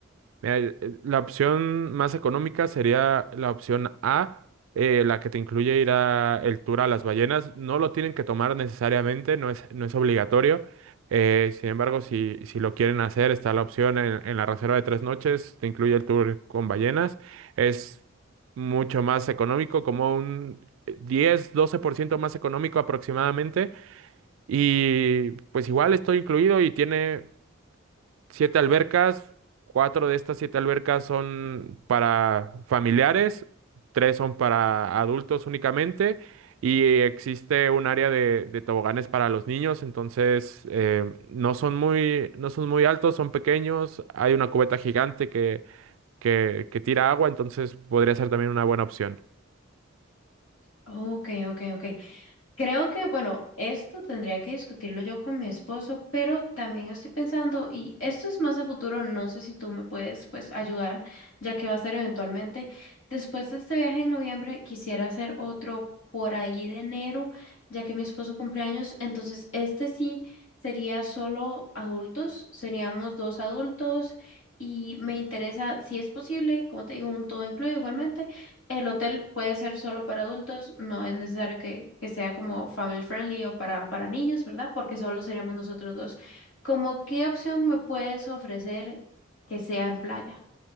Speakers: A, on the right (about 70°); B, on the left (about 70°).
A: Mira, eh, la opción más económica sería la opción A, eh, la que te incluye ir a el tour a las ballenas. No lo tienen que tomar necesariamente, no es, no es obligatorio. Eh, sin embargo, si, si lo quieren hacer, está la opción en, en la reserva de tres noches, te incluye el tour con ballenas. Es mucho más económico, como un diez doce por ciento más económico aproximadamente. Y pues igual estoy incluido y tiene siete albercas, cuatro de estas siete albercas son para familiares, tres son para adultos únicamente y existe un área de, de toboganes para los niños, entonces eh, no son muy, no son muy altos, son pequeños, hay una cubeta gigante que, que, que tira agua, entonces podría ser también una buena opción.
B: Ok, ok, ok. Creo que, bueno, esto tendría que discutirlo yo con mi esposo, pero también estoy pensando, y esto es más a futuro, no sé si tú me puedes, pues, ayudar, ya que va a ser eventualmente. Después de este viaje en noviembre, quisiera hacer otro por ahí de enero, ya que mi esposo cumple años, entonces este sí sería solo adultos, seríamos dos adultos, y me interesa, si es posible, como te digo, un todo incluido igualmente el hotel puede ser solo para adultos, no es necesario que, que sea como family friendly o para, para niños, ¿verdad? Porque solo seríamos nosotros dos. ¿Cómo qué opción me puedes ofrecer que sea en playa?